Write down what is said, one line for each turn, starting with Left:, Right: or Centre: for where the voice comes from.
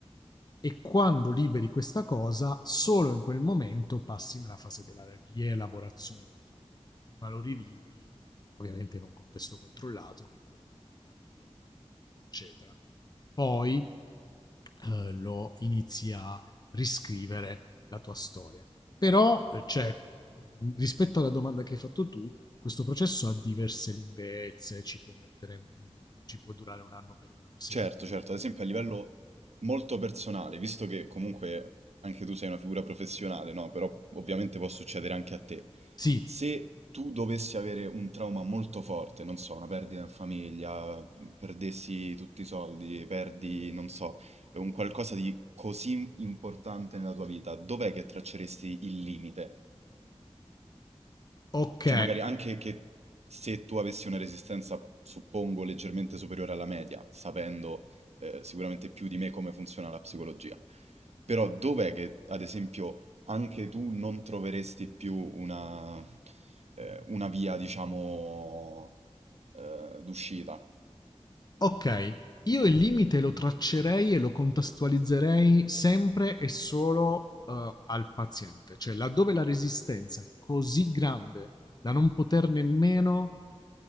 Left: e quando liberi questa cosa, solo in quel momento passi nella fase della rielaborazione del trauma. Quindi prima lo rivivi, ovviamente in un contesto controllato, che è quello della terapia, della clinica, eccetera. Poi eh, lo inizi a riscrivere la tua storia. Però, cioè, rispetto alla domanda che hai fatto tu, questo processo ha diverse lunghezze, ci può, mettere, ci può durare un anno per uno, sei
Right: Certo,
Left: anni
Right: certo,
Left: per un
Right: ad esempio
Left: altro.
Right: a livello molto personale, visto che comunque anche tu sei una figura professionale, no? Però ovviamente può succedere anche a te.
Left: Sì,
Right: Se tu dovessi avere un trauma molto forte, non so, una perdita in famiglia, mhmm, perdessi tutti i soldi, perdi, non so, un qualcosa di così importante nella tua vita, dov'è che tracceresti il limite?
Left: ok,
Right: Cioè magari anche che se tu avessi una resistenza, suppongo, leggermente superiore alla media, sapendo eh, sicuramente più di me come funziona la psicologia. Però dov'è che, ad esempio, anche tu non troveresti più una, eh, una via, diciamo, eh, d'uscita?
Left: Ok, io il limite lo traccerei e lo contestualizzerei sempre e solo eh, al paziente, cioè laddove la resistenza è così grande da non poter nemmeno